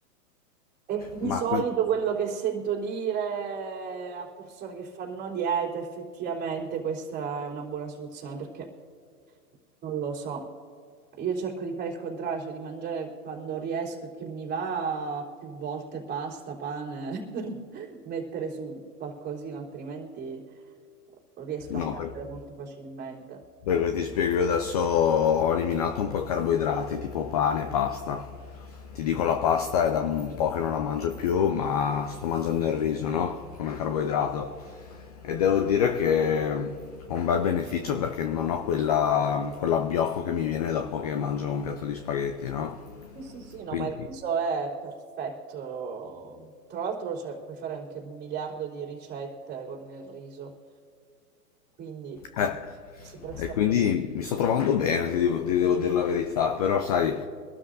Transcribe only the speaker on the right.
E di
solito
quello che sento dire a persone che fanno dieta, effettivamente questa è una buona soluzione perché non lo so. Io cerco di fare il contrario, cioè di mangiare quando riesco e che mi va più volte pasta, pane <laughs> per mettere su qualcosina, altrimenti riesco a
perdere
molto facilmente.
Sì, sì, sì, no,
ma il riso è perfetto. Tra l'altro, cioè, puoi fare anche un miliardo di ricette con il riso, quindi no,
si presta
bene.